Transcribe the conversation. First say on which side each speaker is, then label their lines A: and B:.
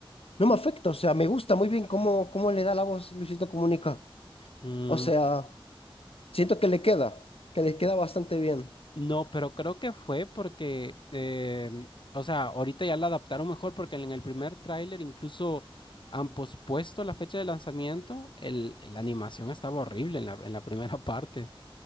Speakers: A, on the left; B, on the left.
A: no me afecta. O sea, me gusta muy bien cómo, cómo le da la voz Luisito Comunica.
B: Mm,
A: O sea, siento que le queda, que le queda bastante bien.
B: No, pero creo que fue porque, em, o sea, ahorita ya la adaptaron mejor porque en el primer tráiler incluso han pospuesto la fecha de lanzamiento. El, la animación estaba horrible en la, en la <laughs> primera parte.